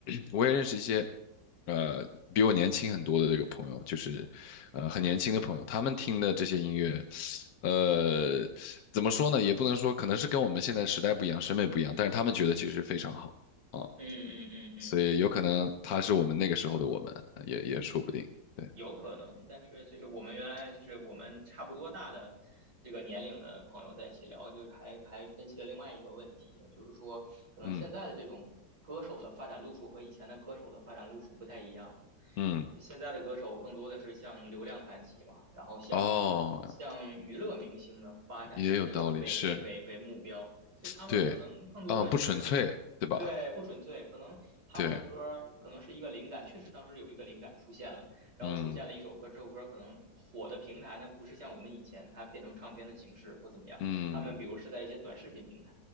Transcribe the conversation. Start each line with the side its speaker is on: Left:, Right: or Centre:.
Left: <clears throat> 我也认识一些。呃，比我年轻很多的这个朋友，就是，呃，很年轻的朋友，他们听的这些音乐，呃，怎么说呢？也不能说，可能是跟我们现在时代不一样，审美不一样，但是他们觉得其实非常好啊，
Right: 嗯嗯嗯，
Left: 所以有可能他是我们那个时候的我们，也也说不定。对，
Right: 有可能，但是就是我们原来就是我们差不多大的这个年龄的朋友在一起聊，就是还还分析了另外一个问题，就是说可能现在的这种歌手的发展路数和以前的歌手的发展路数不太一样。
Left: 嗯嗯，
Right: 现在的歌手更多的是向流量看齐嘛，然后向向娱乐明星的发展那个为为为为目标，
Left: 哦，也有道理，是，
Right: 所以他们可能更多的是。
Left: 对，啊，不纯粹，对吧？
Right: 对，不纯粹，可能他们的歌可能是一个灵感，
Left: 对，
Right: 确实当时有一个灵感出现了。然后出现了一首歌，
Left: 嗯
Right: 这首歌可能火的平台呢，不是像我们以前它变成唱片的形式或怎么样，
Left: 嗯
Right: 他们比如是在一些短视频平台，